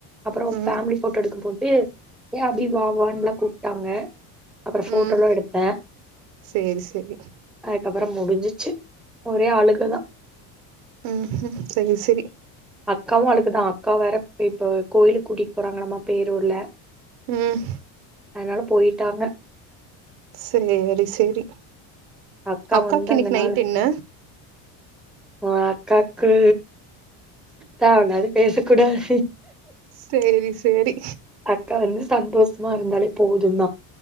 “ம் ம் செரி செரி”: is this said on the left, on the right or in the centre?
Right